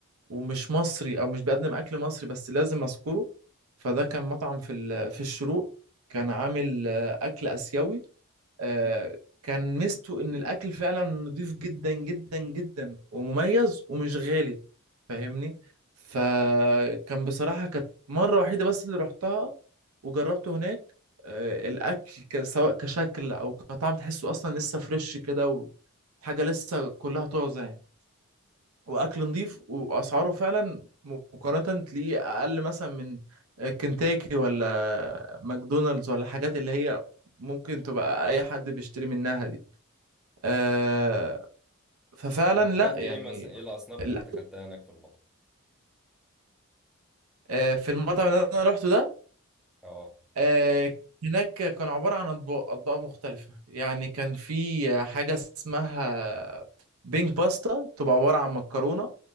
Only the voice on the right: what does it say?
ومش مصري أو مش بيقدم أكل مصري بس لازم أذكره فده كان مطعم في ال- في الشروق كان عامل آه، أكل آسيوي آه، كان ميزته ان الاكل فعلا نضيف جدا جدا جدا ومميز ومش غالي فاهمني فكان بصراحة كانت مرة وحيدة بس اللي رحتها وجربته هناك آه، الاكل ك- سواء كشكل او كطعم تحسه اصلا لسه فريش كده وحاجة لسه كلها طازة يعني واكل نظيف واسعاره فعلا مقارنه تلاقيه اقل مثلا من كنتاكي ولا ماكدونالدز ولا الحاجات اللي هي ممكن تبقى اي حد بيشتري منها دي آه ففعلا
لا يعني
ال-
آه في المطعم اللي انا روحته ده
آه، هناك كان عبارة عن أطباق أطباق مختلفة يعني كان في حاجة اسمها بينك باستا تبقى عبارة عن مكرونة